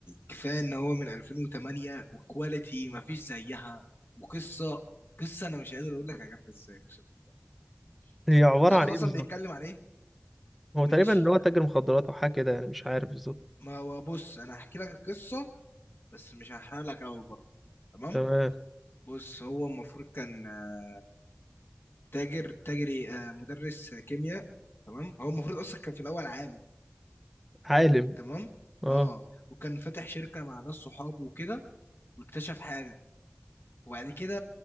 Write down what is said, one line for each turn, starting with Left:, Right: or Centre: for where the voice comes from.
Left: كفايه ان هو من 2008 وكواليتي ما فيش زيها وقصه قصه انا مش قادر اقول لك يا جامده ازاي اقسم بالله.
Centre: هي
Left: انت
Centre: عباره
Left: عارف
Centre: عن ايه
Left: اصلا
Centre: بالظبط
Left: بيتكلم عن ايه
Centre: هو
Left: ماشي
Centre: تقريبا ان هو تاجر مخدرات او حاجه كده يعني مش عارف بالظبط
Left: ما هو بص انا هحكي لك القصه بس مش هحرق لك قوي برضه تمام
Centre: تمام
Left: بص هو المفروض كان آه، تاجر تاجري آه، مدرس آه، كيمياء تمام هو المفروض اصلا كان في الاول عالم
Centre: عالم
Left: تمام
Centre: اه
Left: اه وكان فاتح شركه مع ناس صحابه وكده واكتشف حاجه وبعد كده